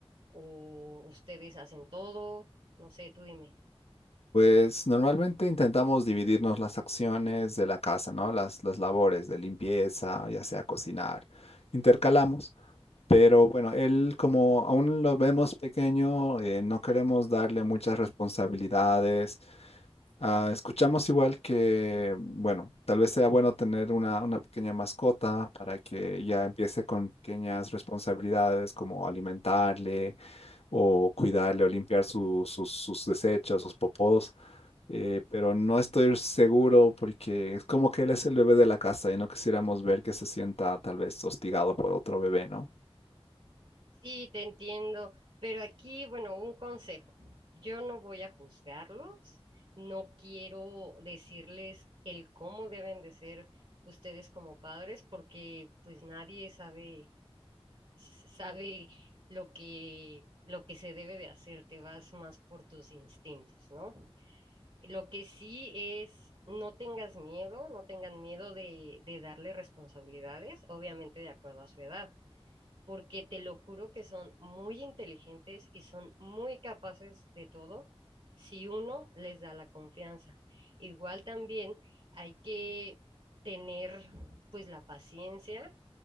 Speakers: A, on the right; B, on the left.
A: o ustedes hacen todo, no sé, tú dime.
B: Pues normalmente intentamos dividirnos las acciones de la casa, ¿no? Las, las labores de limpieza, ya sea cocinar. Intercalamos. Pero bueno, él como aún lo vemos pequeño, eh, no queremos darle muchas responsabilidades. Ah, escuchamos igual que, bueno, tal vez sea bueno tener una, una pequeña mascota para que ya empiece con pequeñas responsabilidades como alimentarle o cuidarle o limpiar su- sus, sus desechos, sus popós. eh, pero no estoy seguro porque es como que él es el bebé de la casa y no quisiéramos ver que se sienta tal vez hostigado por otro bebé, ¿no?
A: Sí, te entiendo, pero aquí, bueno, un consejo. Yo no voy a juzgarlos, no quiero decirles el cómo deben de ser ustedes como padres, porque pues nadie sabe, s- sabe lo que, lo que se debe de hacer, te vas más por tus instintos, ¿no? Lo que sí es, no tengas miedo, no tengan miedo de, de darle responsabilidades, obviamente de acuerdo a su edad porque te lo juro que son muy inteligentes y son muy capaces de todo si uno les da la confianza. Igual también hay que tener pues la paciencia,